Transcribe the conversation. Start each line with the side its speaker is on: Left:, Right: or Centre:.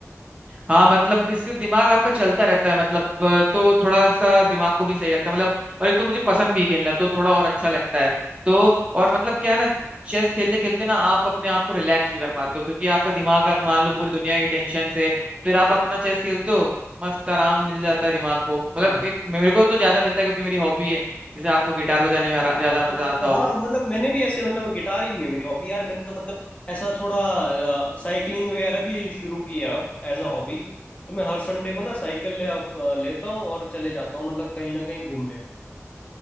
Right: हाँ मतलब इससे दिमाग आपका चलता रहता है मतलब अ, तो थोड़ा सा दिमाग को भी सही लगता है मतलब और एक तो मुझे पसंद भी है खेलना तो थोड़ा और अच्छा लगता है तो और मतलब क्या है ना चेस खेलते खेलते ना आप अपने आप को रिलैक्स भी कर पाते हो क्योंकि आपका दिमाग आप मान लो पूरी दुनिया की टेंशन से फिर आप अपना चेस खेलते हो मस्त आराम मिल जाता है दिमाग को मतलब
Left: हाँ
Right: एक मेरे को तो ज्यादा मिलता है क्योंकि मेरी हॉबी है जैसे आपको गिटार बजाने में आरा-
Left: हाँ
Right: ज्यादा मजा
Left: तो
Right: आता होगा
Left: हाँ मतलब मैंने भी ऐसे मतलब गिटार ही नहीं है मेरी हॉबी यार मैंने तो मतलब ऐसा थोड़ा साइकिलिंग वगैरह भी शुरू की है अब एज अ हॉबी तो मैं हर संडे को ना साइकिल ले अ, लेता हूँ और चले जाता हूँ मतलब कहीं ना कहीं घूमने